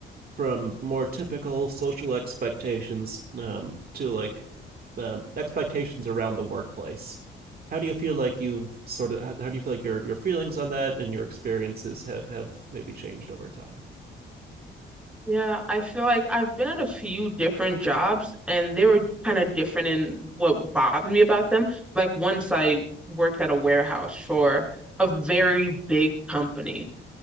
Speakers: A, on the right; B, in the centre.
A: from more typical social expectations um, to like um, expectations around the workplace. How do you feel like you've sort of how, how do you feel like your your feelings on that and your experiences have, have maybe changed over time?
B: Yeah, I feel like I've been at a few different jobs and they were kind of different in what bothered me about them. Like once I worked at a warehouse for a very big company.